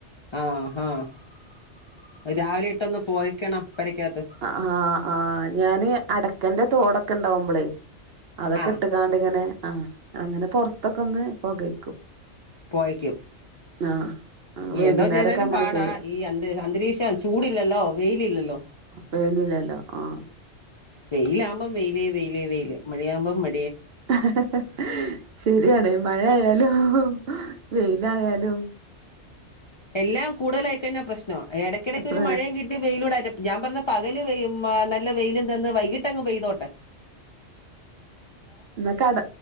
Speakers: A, on the left; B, on the right.
A: ആഹ ആഹ രാവിലെ ഇട്ടൊന്ന് പോയിക്കണം പെരക്കകത്ത്
B: ആ ആഹ് ആഹ ഞാന് അടക്കന്റെ തോടൊക്കെ ഇണ്ടാവുമ്പോളെ അതൊക്കെ
A: ആ
B: ഇട്ടുകാണ്ട്ിങ്ങനെ ആഹ അങ്ങനെ പൊറത്തൊക്കെ ഒന്ന് പോകഴക്കും
A: പോയിയ്ക്കും
B: ആഹ് വൈകുന്നേരൊക്കെ
A: എന്തോ ചെയ്താലും
B: അങ്ങനെ
A: പാടാ
B: ചെയ്യും
A: ഈ അ അന്തരീക്ഷം ചൂടല്ലല്ലോ വെയില ഇില്ലല്ലോ
B: പേലില്ലല്ലോ ആഹ
A: വെയിലാമ്മം വെയിലേ വെയിലേ വെയില മഴിയകുമ്പം മ
B: ഹ ഹ ഹ ശരിയാണ് മഴയായലോ വെയിലായാലും -
A: എല്ലാം കൂടുതലായി കഴിഞ്ഞാൽ പ്രശ്നം ഇടയ്ക്കിടയ്ക്ക്
B: അപ്പ
A: ഒരു മഴയും കിട്ടി വെയിലൂടെ ഞാൻ പറഞ്ഞ് പകല് വെയ് നല്ല വെയിലും തന്ന് വൈകി ട്ടങ്ങ് പേയ്തോട്ടെ.
B: ന്ന കട